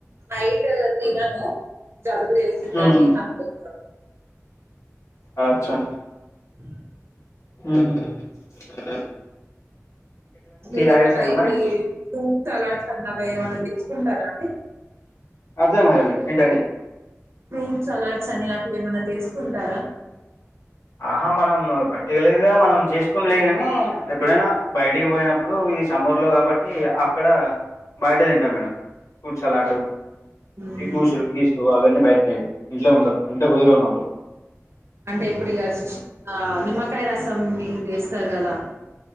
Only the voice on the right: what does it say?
నైట్ తినను జల్బు చేసిద్దని
నాకు <inaudible>
అ
మీరికా
ఇవి
ఫూడ్స్ సలాట్స్ అలాగ ఏమన్నా వేసుకుంటారా అండి
ఫ్రూట్ అలాడ్స్ అని అట్లా ఏమైనా చేసుకుంటారా
హుహు.
అంటే ఇప్పుడు ఇగ నిమ్మకాయ రసం నీళ్ళు చేస్తారు కదా